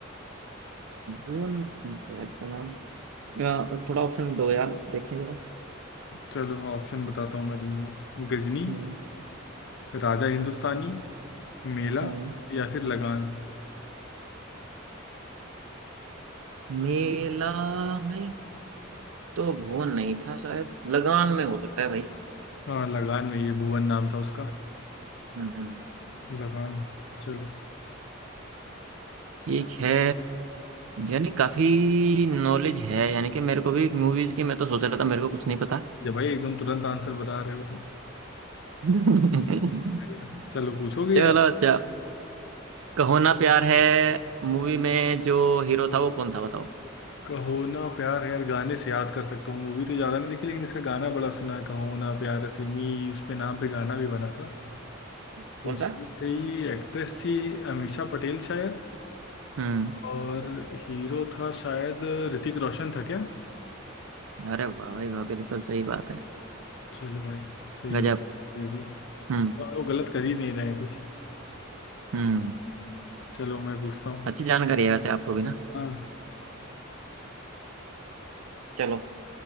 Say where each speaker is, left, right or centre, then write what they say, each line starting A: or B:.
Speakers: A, on the right; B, on the left.
A: भुवन सिंह है यार इसका नाम या, थोड़ा ऑप्शन दो यार देखें जरा
B: चलो ऑप्शन बताता हूँ मैं तुमको गजनी
A: हम्म,
B: राजा हिंदुस्तानी मेला
A: हम्म।
B: या फिर लगान
A: मेला में तो भुवन नहीं था शायद लगान में हो सकता है भाई
B: हाँ लगान में ये भुवन नाम था उसका
A: हम्म
B: लगान चलो
A: एक है यानी काफी नॉलेज है यानी कि मेरे को भी मूवीज की मैं तो सोच रहा था मेरे को कुछ नहीं पता
B: जब भाई एकदम तुरंत आंसर बता रहे हो तुम
A: <laughs>
B: सही ना चलो पूछोगे
A: चलो
B: यार
A: अच्छा कहो ना प्यार है मूवी में जो हीरो था वो कौन था बताओ
B: कहो ना प्यार है यार गाने से याद कर सकता हूँ मूवी तो ज़्यादा नहीं देखी लेकिन इसका गाना बड़ा सुना है कहो ना प्यार है सेमी उसपे नाम पे गाना भी बना था
A: कौन
B: तो उसमें
A: सा
B: थी एक्ट्रेस थी अमीषा पटेल शायद
A: हम्म
B: और हीरो था शायद ऋतिक रोशन था क्या
A: अरे वाह भाई वाह बिल्कुल सही बात है
B: चलो भाई सही
A: गजब
B: हो ये भी
A: हम्म
B: तो हम लोग गलत कर ही नहीं रहे हैं कुछ
A: हम्म
B: चलो मैं पूछता हूँ
A: अच्छी जानकारी है वैसे आपको भी ना
B: हाँ
A: चलो